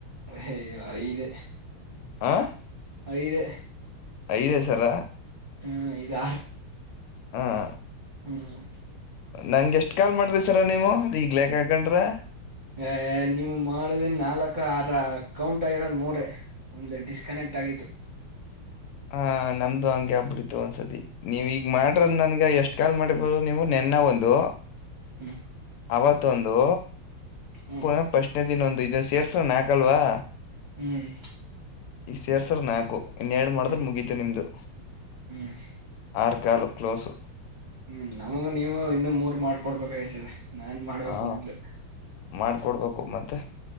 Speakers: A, on the right; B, on the left.
A: ಹೇಯ ಐದೆ
B: ಹ
A: ಐದೆ
B: ಐದೇ ಸರ
A: ಹ್ಮ್ ಇದು
B: ಹುಂ
A: ಹ್ಮ
B: ನಂಗೆಷ್ಟ್ ಕಾಲ್ ಮಾಡ್ದಿ ಸರ ನೀವು, ಈಗ್ಲೆಕ್ಕ ಹಾಕಂಡ್ರೆ
A: ಹೇ ನಿಮ್ಗ್ ಮಾಡಿದಿನ್ ನಾಲ್ಕ ಆ ರ ಅಕೌಂಟ್ ಆಗಿರೋದು ಮೂರ ಒಂದು ಡಿಸ್ಕನೆಕ್ಟ್ ಆಗಿತ್ತು
B: ಹಾ ನಮ್ದು ಹಂಗೆಬ್ ಒಂದಸತಿ ನೀವ ಈಗ
A: ಹ್ಮ್
B: ಮಾಡ್ರದ ನನ್ಗ ಎಷ್ಟು ಕಾಲ್ ಮಾಡಿಬೋದು ನೀವು ನೆನ್ನ ಒಂದು
A: ಹ್ಮ್
B: ಅವತ್ತೊಂದು
A: ಹ್ಮ್
B: ಪುನಃ ಪ್ರಶ್ನೆ ದಿನೊಂದೈತಿ ಇದ ಸೇರ್ಸ ನಾಕಲ್ವಾ?
A: ಹ್ಮ್
B: ಈ ಸೇರ್ ಸರ್ ನಾಕೋ
A: ಹ್ಮ್
B: ಮುಗೀತು ನಿಮ್ದು
A: ಹ್ಮ್
B: ಆರ್ ಕಲು ಕ್ಲೋಸು
A: ಹ್ಮ್ ನಮಗ ನೀವು ಇನ್ನು ಮೂರ್ ಮಾಡ್ಕೊಡ್ಬೇಕಾಯ್ತದೆ ನಾನ್ ಮಾಡ್ಬೇಕು
B: ಹಾ
A: ನಿಮ್ಗೆ
B: ಮಾಡ್ಕೊಡ್ಬೇಕು ಮತ್ತೆ